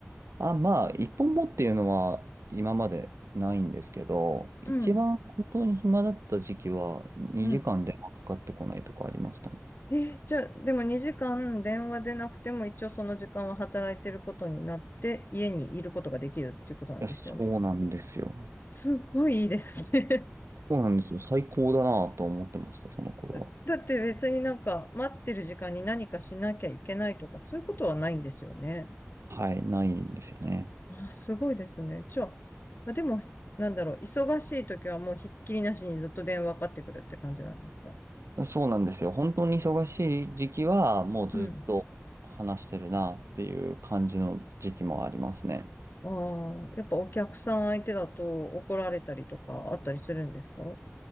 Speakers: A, on the right; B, on the left.
A: あ、まあ、一本もっていうのは今までないんですけど、一番本当に暇だった時期は2時間電話かかってこないとかありましたね。
B: うん。うん。
A: い
B: え、じゃあ、でも2時間電話でなくても一応その時間は働いてることになって、家にいることができるっていうことなんですよね。
A: や、そうなんですよ。
B: すごいいいですね。
A: そうなんですよ。最高だなと思ってました、その頃は。
B: <laughs> だって別になんか待ってる時間に何かしなきゃいけないとかそういうことはないんですよね。
A: はい、ないんですよね。
B: あ、すごいですね。じゃあ、まあでも、なんだろう、忙しい時はもうひっきりなしにずっと電話かかってくるって感じなんですか
A: そうなんですよ。本当に忙しい時期は、もうずっと話してるなっていう感じの時期もありますね。
B: うん。ああ、やっぱお客さん相手だと怒られたりとかあったりするんですか